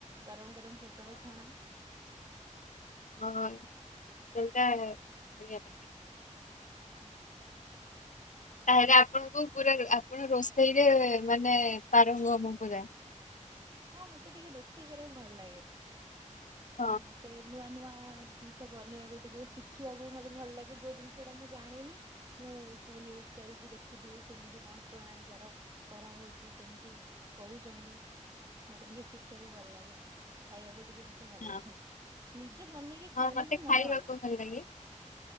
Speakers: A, on the right; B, on the left.
A: ଗରମ। ଗରମ ପୋଟଳ ଛଣା।
B: ହଁଟା ବଢିଆ ଲାଗେ।
A: ହ।
B: ତାହେଲେ ଆପଣଙ୍କୁ ପୁରା ଆପଣ ରୋଷେଇରେ ମାନେ ପାର ହୁ ଆମ ପା।
A: ହଁ ମତେ ଟିକେ ରୋଷେଇ କରିବାକୁ ଭଲ ଲାଗେ
B: ହଁ
A: ମତେ ନୂଆ ନ। ନୂଆ ଜିନିଷ ବନେଇବାକୁ ଟିକେ ଶିଖିବାକୁ ବି ମତେ ଭଲ ଲାଗେ ଯୋଉ ଜିନିଷ ଟା ମୁଁ ଜାଣିନି ମୁଁ ଫୋନ ୟୁଜ କରିକି ଦେଖିଦିଏ କେମିତି କଣ ପ୍ରଣାଳୀ ତାର କରାହଉଛି କେମିତି କରୁଛ ନ୍ତି ମତେ ଟିକେ ଶିଖିବାକୁ ଭଲ ଲାଗେ ଖାଇବାକୁ ଟିକେ ମତେ ଭଲ
B: ହଁ
A: ଲାଗେ ନିଜେ ବନେଇକି
B: ହଁ
A: ଖାଇଲେ
B: ମତେ
A: ହିଁ
B: ଖାଇବାକୁ
A: ମଜା ଅଲଗା।
B: ଭଲ ଲାଗେ।